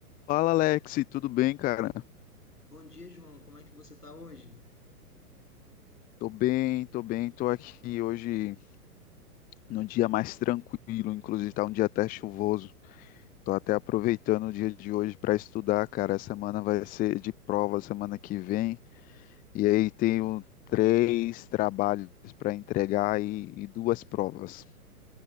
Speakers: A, on the left (about 20°); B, on the left (about 80°).
A: Fala Alex, tudo bem, cara?
B: Bom dia, João. Como é que você está hoje?
A: Tô bem, tô bem, tô aqui hoje num dia mais tranquilo, inclusive tá um dia até chuvoso. Tô até aproveitando o dia de hoje para estudar, cara. A semana vai ser de prova semana que vem. E aí tenho três trabalhos para entregar e, e duas provas.